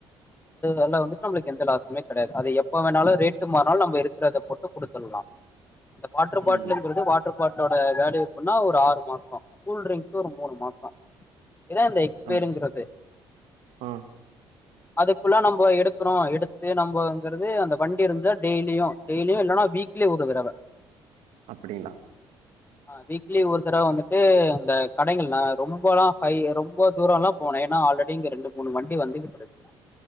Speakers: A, on the left; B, on the right.
A: அல்லாம் வந்து நமளுக்கு எந்த லசுமே கிடையாது அத எப்ப இப்ப வேணாலும் ரேட்டு மாறுனாலும் நம்ம இருக்கிறதை போட்டு கொடுத்துடலாம் அந்த வாட்டர் பாட்டிலுங்கிறது
B: ம்
A: வாட்டர் பாட்டிலோட வேலயூப்பனா ஒரு ஆறு மாசம் கூல்டிரிங்க்ஸ் ஒரு மூணு மாசம் இதான் இந்த எக்ஸ்பரிங்கிறது
B: அப் ஆ
A: அதுக்குள்ள நம்ம எடுக்கிறோம் எடுத்து நம்ம அங்க அந்த வண்டி இருந்த டெய்லியும் டெய்லியும் இல்லன்னா வீக்லி ஒரு தடவை
B: அப்டிங்களா
A: ஆஹ் வீக்லி ஒரு தடவை வந்துட்டு இந்த கடைகள்ல்லா ரொம்ப எல்லாம் ஹை ரொம்ப தூரம் எல்லாம் போனேன் ஏன்னா ஆல்ரெடி இங்க ரெண்டு மூணு வண்டி வந்துட்டுருக்கு